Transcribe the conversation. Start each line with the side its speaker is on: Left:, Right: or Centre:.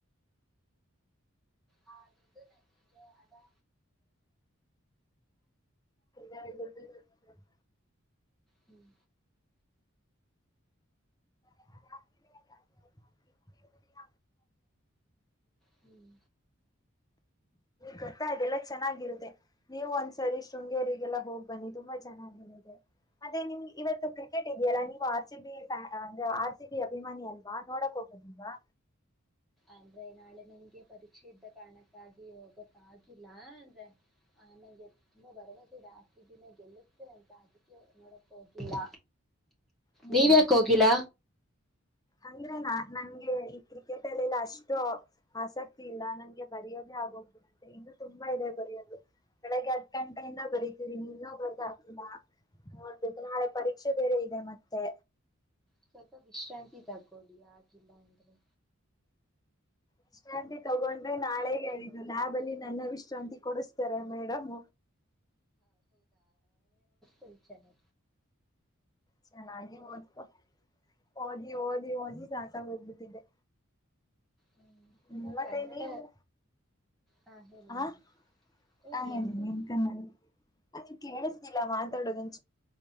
Centre: ಹದು ನಗೆ ಅದಐ
Left: <inaudible>
Centre: ಹ್ಮ್
Left: ಅದ
Centre: ಹ್ಮ್
Left: ಗೊತ್ತ ಇದೆಲ್ಲಾ ಚೆನ್ನಾಗಿರುತ್ತದೆ ನೀವು ಒಂದ್ಸರಿ ಶೃಂಗೇರಿಗೆಲ್ಲಾ ಹೋಗ್ ಬನ್ನಿ ತುಂಬಾ ಚೆನ್ನಾಗಿರುತ್ತೆ ಮತ್ತೆ ನಿಮ್ ಇವತ್ತು ಕ್ರಿಕೆಟ್ ಇದೆಯಲ್ಲ ನೀವು ಆರ್ ಸಿ ಬಿ ಫ್ಯಾನ್ ಅ ಆರ್ ಸಿ ಬಿ ಅಭಿಮಾನಿ ಅಲ್ವಾ ನೋಡಕ್ ಹೋಗ ಾ
Centre: ಅಂದ್ರೆ ನಾಳೆ ನಂಗೆ ಪರೀಕ್ಷೆ ಇದ್ದ ಕಾರಣಕ್ಕಾಗಿ ಹೋಗ ಆಾಗಿಲ್ಲ ಅಂದ್ರೆ ಆ ನಂಗೆ ತುಂಬಾ ಭರವಸೆ ಜಾಸ್ತಿ ಇದ್ದಿನ ಗೆಲ್ಲ ಅಂತ ಅದಕ್ಕೆ ನೋಡಕ್ ಹೋಗಿಲ್ಲ
Left: ಹ್ಮ್
Centre: ನೀವ್ಯಾಕ ಹೋಗಿಲ್ಲ
Left: ಅಂದ್ರೆ ನಾ ನಂಗೆ ಈ ಕ್ರಿಕೆಟ್ ಅಲ್ಲಿಲ್ಲ ಅಷ್ಟು ಆಸಕ್ತಿ ಇಲ್ಲ ನಂಗೆ ಬರೆಯೋದ ಆಗ್ ಕೂಡುತ್ತೆ ಇನ್ನು ತುಂಬಾ ಇದೆ ಬರೆಯೋದು ಬೆಳಗ್ಗೆ ಹದ್ ಗಂಟೆಯಿಂದ ಬರಿತೀರಿ ನೀ ಇನ್ನೂ ಬರ್ದ ಆಾಕಿಲ್ಲ ನೋಡ್ಬೇಕು ನಾಳೆ ಪರೀಕ್ಷೆ ಬೇರೆ ಇದೆ ಮತ್ತೆ
Centre: ಸ್ವಲ್ಪ ವಿಶ್ರಾಂತಿ ತಗೋೊಳ್ಳಿ ಆಗಿಲ್ಲ ಅಂದ್ರೆ
Left: ವಿಶ್ರಾಂತಿ ತಗೊಂಡ್ರೆ ನಾಳೆ ಹೇಳಿದ್ದು ಲ್ಯಾಬ್ ಅಲ್ಲಿ ನನ್ನ ವಿಶ್ರಾಂತಿ ಕೊಡಸ್ತಾರೆ ಮೇಡಮ್
Centre: ಇ ಚನೆ
Left: ಚೆನ್ನಾಗಿ ಮೂದ ಓದಿ ಓದಿ ಹಓದಿ ಸಾಕ ಹೋಗ್ಬಿಟ್ಟಿದ್ದಿದೆ
Centre: ಹ್ಮ್
Left: ಹ್ಮ
Centre: ಇನ್ನ
Left: ಮತ್ತೆ
Centre: ಕನ್ನಡ
Left: ನೀವು
Centre: ಹಾ ಹೇಳಿ
Left: ಹ
Centre: ಹೇಳಿ
Left: ಹಾಗೀನ್
Centre: ಹೇಳಿ ಹೇಳಿ ಹೇಳಿ
Left: ಕಮ್ಮ ಅದ ಕೇಳಿಸುದಿಲ್ಲ ಮಾತಾಡೋುದಂ